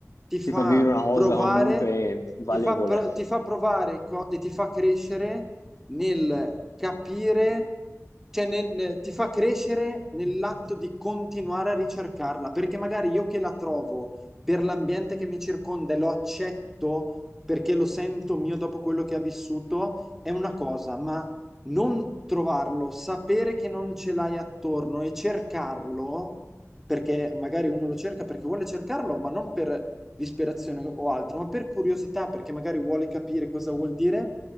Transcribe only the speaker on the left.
Ti fa vivere una cosa
comunque valevole.